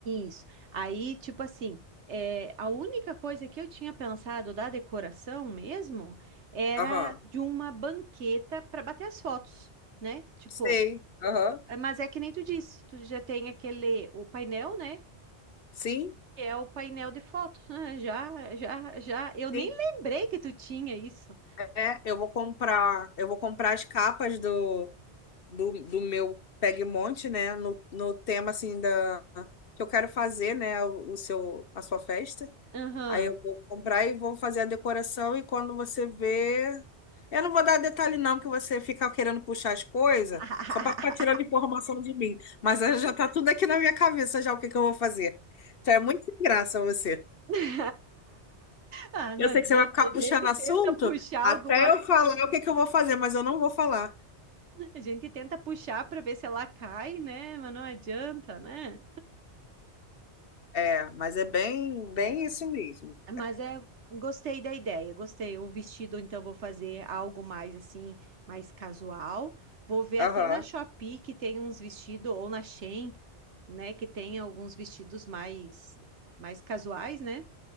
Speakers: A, on the right; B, on the left.
A: isso. Aí, tipo assim, é, a única coisa que eu tinha pensado da decoração mesmo era
B: Aham.
A: de uma banqueta para bater as fotos, né? Tipo,
B: Sei. Aham.
A: é, mas é que nem tu disse, tu já tem aquele, o painel, né?
B: Sim,
A: Que é o painel de fotos, né? Já, já, já. Eu nem
B: sim.
A: lembrei que tu tinha isso.
B: É, eu vou comprar, eu vou comprar as capas do, do, do meu Pegmonte, né? No, no tema assim da que eu quero fazer, né? O, o seu, a sua festa.
A: Aham.
B: Aí eu vou comprar e vou fazer a decoração e quando você vê, eu não vou dar detalhe não, porque você fica querendo puxar as coisas
A: <laughs>
B: só para ficar tirando informação de mim. Mas aí já tá tudo aqui na minha cabeça já o que que eu vou fazer. Então é muito sem graça você.
A: <laughs> Ah, não
B: Eu
A: adianta,
B: sei que você vai ficar
A: a
B: puxando
A: gente
B: assunto
A: tenta puxar
B: até
A: alguma,
B: eu falar o que que eu vou fazer, mas eu não vou falar.
A: a gente tenta puxar para ver se ela cai, né? Mas não adianta, né?
B: É, mas é bem, bem
A: É,
B: isso mesmo.
A: mas é, gostei da ideia, gostei. O vestido, então, vou fazer algo mais assim, mais casual. Vou ver
B: Aham.
A: até na Shopee que tem uns vestidos, ou na Shein, né? Que tem alguns vestidos mais, mais casuais, né?